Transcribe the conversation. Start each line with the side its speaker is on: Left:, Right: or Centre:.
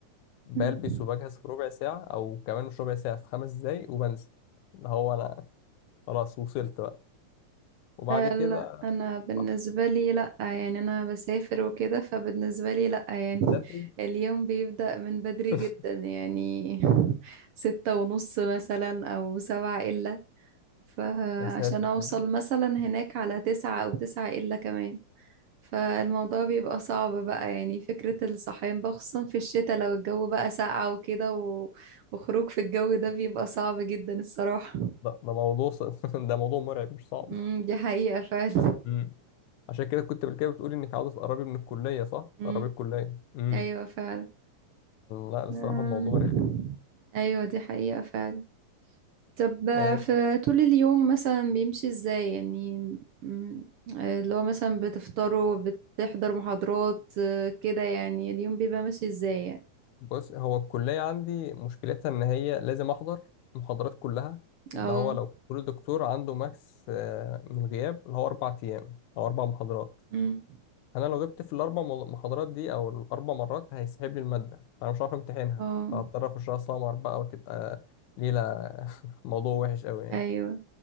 Left: بلبس
Right: امم.
Left: وبجهز في ربع ساعة أو كمان مش ربع ساعة في خمس دقايق وبنزل اللي هو أنا خلاص وصلت بقى وبعد
Right: لا
Left: كده
Right: لا، انا بالنسبة
Left: باخد
Right: لي لا يعني انا بسافر وكده فبالنسبة لي لا يعني <laughs>
Left: سفري
Right: اليوم بيبدأ من بدري
Left: <laughs>
Right: جدا يعني ستة ونص مثلا او سبعة الا فعشان
Left: يا ساتر
Right: اوصل
Left: ده
Right: مثلا هناك على تسعة او تسعة الا كمان فالموضوع بيبقى صعب بقى يعني فكرة الصحيان بقى خصوصا في الشتاء لو الجو بقى ساقع وكده و... وخروج في الجو ده بيبقى صعب جدا الصراحة
Left: ده موضوع ص- <laughs> ده موضوع مرعب مش صعب
Right: امم دي حقيقة فعلا
Left: امم عشان كده كنت قبل كده بتقولي انك عاوزه تقربي من الكليه صح؟
Right: امم
Left: تقربي الكليه امم
Right: ايوه فعلا
Left: لا الصراحه
Right: أم،
Left: الموضوع رخم
Right: ايوه دي حقيقة فعلا طب
Left: آه،
Right: في طول اليوم مثلا بيمشي ازاي يعني أمم، اللي هو مثلا بتفطروا بتحضر محاضرات أه، كده يعني اليوم بيبقى ماشي ازاي يعني
Left: بص هو الكلية عندي مشكلتها إن هي لازم أحضر محاضرات كلها اللي
Right: اه
Left: هو لو كل دكتور عنده ماكس آه، من الغياب اللي هو أربع أيام أو أربع محاضرات
Right: أمم،
Left: أنا لو جبت في الأربع مض- محاضرات دي أو الأربع مرات هيسحب لي المادة فأنا مش هعرف أمتحنها
Right: اه
Left: فهضطر أخشها سمر بقى وتبقى ليلة <laughs> موضوع وحش أوي يعني
Right: ايوه